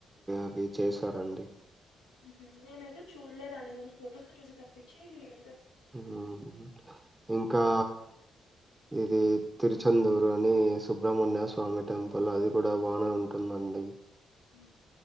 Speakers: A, on the right; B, on the left.
A: అవి చేసారండి
B: ఉహు నేను తే తే చూళ్ళేదండీ నేను ఫోటోస్ చూస తప్పించి ఎ
A: హుమ్ ఇంకా ఇది తిరుచందూరు అని సుబ్రహమణ్య స్వామి టెంపుల్ అది కూడా బానే ఉంటుందండి
B: ఉ